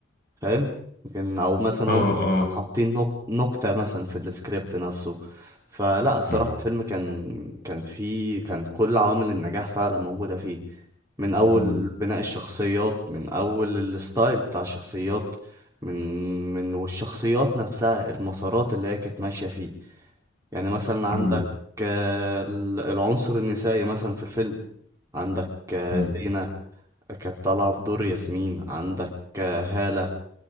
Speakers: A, on the right; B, on the left.
A: فاهم لكن او مثلا
B: اه
A: هم
B: اه
A: حاطين نق- نكتة مثلا في السكريبت نفسه فلا الصراحة
B: امم
A: الفيلم كان كان فيه كان كل عوامل النجاح فعلا موجودة فيه من أول
B: امم
A: بناء الشخصيات من أول الستايل بتاع الشخصيات من من والشخصيات نفسها المسارات اللي هي كانت ماشية فيه يعني مثلا عندك
B: امم
A: آه، ال- العنصر النسائي مثلا في الفيلم عندك آه،
B: أمم.
A: زينة كانت طالعة في دور ياسمين عندك آه، هالة